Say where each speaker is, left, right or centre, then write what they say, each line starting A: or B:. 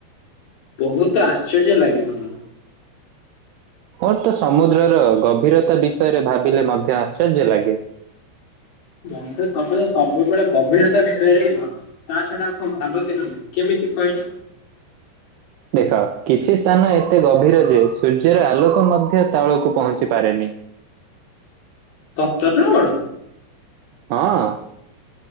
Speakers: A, on the left; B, on the right.
A: ବହୁତ ଆଶ୍ଚର୍ଯ୍ୟ ଲାଗେ ବନ୍ଧୁ।
B: ମୋର ତ ସମୁଦ୍ରର ଗଭୀରତା ବିଷୟରେ ଭାବିଲେ ମଧ୍ୟ ଆଶ୍ଚର୍ଯ୍ୟ ଲାଗେ।
A: ବନ୍ଧୁ ତମେ ତ ସବୁବେଳେ ଗଭୀରତା ବିଷୟରେ ହିଁ ଭାବ। ତା ଛଡା ଆଉ କଣ ଭାବ କି ତମେ, କେମିତି କହିଲ?
B: ଦେଖ କିଛି ସ୍ଥାନ ଏତେ ଗଭୀର ଯେ ସୂର୍ଯ୍ୟର ଆଲୋକ ମଧ୍ୟ ତଳକୁ ପହଞ୍ଚି ପାରେନି।
A: ସତ ନା କଣ?
B: ହଁ।